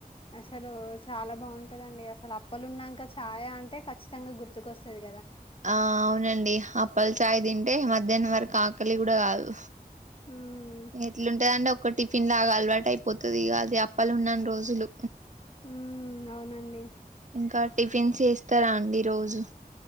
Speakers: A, on the left (about 35°); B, on the right (about 50°).
A: అసలు చాలా బాగుంటదండి అస్ అసలు అప్పులు ఉన్నాంక చాయ్ అంటే ఖ చ్చితంగా గుర్తుకు వస్సది
B: ఆ అవునండి అప్పల్ చాయ్ తింటే మ ధ్యానంవరకు ఆకలి కూడా కాదు
A: హ్మ్.
B: ఎట్లుంటదండి ఒక్క టిఫిన్ లాగా అలవాటైపోతుది ఇగ అది అప్పలు ఉన్నన్ రోజులు
A: హ్మ్ అవునండి
B: ఇంకా టిఫిన్స్ ఏస్తారా అండి రోజు